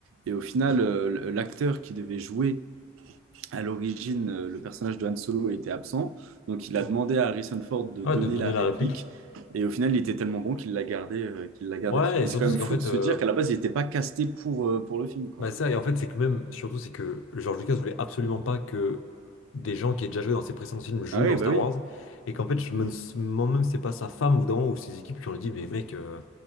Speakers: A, on the right (about 80°); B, on the left (about 75°).
A: Et au final, euh, l'acteur qui devait jouer à l'origine, euh, le personnage de Han Solo était absent, donc il a demandé à Harrison Ford de
B: Ouais,
A: donner
B: de donner
A: la
B: la
A: réplique,
B: réplique.
A: et au final, il était tellement bon qu'il l'a gardé, euh, qu'il l'a gardé.
B: Ouais,
A: Mais
B: et surtout
A: c'est quand
B: c'est
A: même
B: qu'en
A: fou
B: fait,
A: de se
B: euh,
A: dire qu'à la base, il n'était pas casté pour, euh, pour le film, quoi.
B: Bah ça, et en fait, c'est que même, surtout, c'est que George Lucas voulait absolument pas que des gens qui aient déjà joué dans ses précédents films jouent
A: Ah oui,
B: dans
A: bah
B: Star
A: oui,
B: Wars. Et qu'en fait, je me demande même si c'est pas sa femme ou dans ou ses équipes qui ont dit, mais mec, euh,